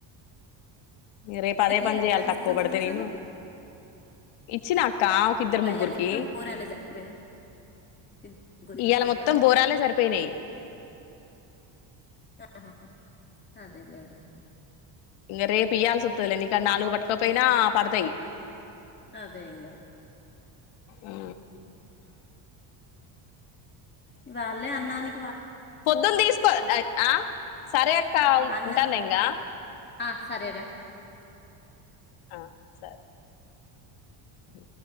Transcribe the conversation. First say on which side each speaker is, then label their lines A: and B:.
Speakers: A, on the left; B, on the left.
A: రేపు అదే
B: ఇయ్యలే
A: పని చేయ్యాలి
B: దాన
A: తక్కువ
B: సంచులు
A: పడితే
B: అసలు
A: నేను ఇచ్చినా అక్క ఒక ఇద్దరి ముగ్గురికి
B: అయ్యాలి మొత్తం ఊరాలే సరిపోయా ఇద్దరు
A: ఇవాళ
B: ఇచ్చినవా
A: మొత్తం బోరాలే సరిపోయినాయి
B: హా హా అదేలే ఈగ
A: ఇంక రేపు ఈయాల్సి వస్తది నీ కడా నాలుగు పట్టుకపోయినా పడతాయి
B: అదే ఇంగ
A: ఆ
B: ఉ వాళ్ళే అన్నానీ
A: పొద్దున్న తీసుకో ఆ సరే అక్క ఉ
B: అన్న
A: ఉంటాను ఇంకా
B: ఆ సరే రా
A: ఆ సరే ఉ